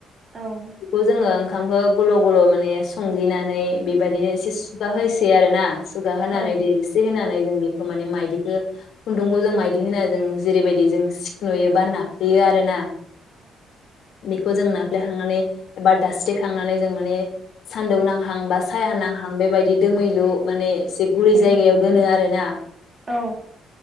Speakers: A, on the right; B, on the left.
A: औ
B: बेखौ जोङो सोंखाङो गल' गल' माने संलिनानै बे बायदिनो एसे सुगाहोसिगोन आरो ना सुगा होनानै
A: औ औ उम औ उम
B: दै एसे होनानै जों बेखौ माने माइदिखौ खुन्दुंखौ जों माइदि होना जों जेरैबायदि जों सिख नुयो बा नाफ्लेयो आरो ना बेखौ जों नाफ्लेखांनानै एबा दास्रिखांनानै जों माने सान्दौ नांहा हां बा सायहा नांहां बेबायदि दोमैलु माने एसे गुरै
A: उम
B: जायगायाव दोनो आरोना
A: औ